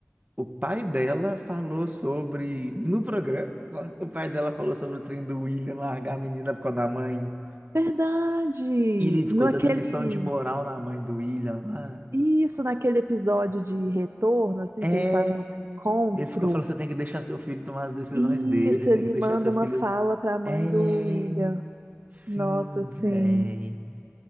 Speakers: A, on the right; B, on the right.
A: O pai dela falou sobre. No programa, o pai dela falou sobre o trem do William largar a menina por causa da mãe.
B: <laughs> Verdade!
A: Ele ficou
B: No aquele,
A: dando lição de moral na mãe do William lá.
B: isso, naquele episódio de retorno, assim,
A: É.
B: que eles fazem um reencontro.
A: Ele ficou falando: você tem que deixar seu filho tomar as decisões
B: Isso,
A: dele, você
B: ele
A: tem que deixar
B: manda
A: seu
B: uma
A: filho.
B: fala para a mãe
A: É.
B: do William.
A: Sim,
B: Nossa, assim.
A: véi.